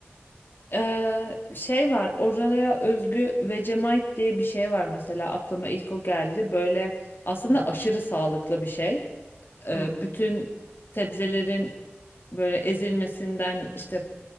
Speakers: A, on the left (about 55°); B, on the left (about 20°).
A: Ee, şey var oraya özgü Vegemite diye bir şey var mesela aklıma ilk o geldi böyle aslında
B: Hı hı.
A: aşırı sağlıklı bir şey Ee,
B: Hmm.
A: bütün sebzelerin böyle ezilmesinden işte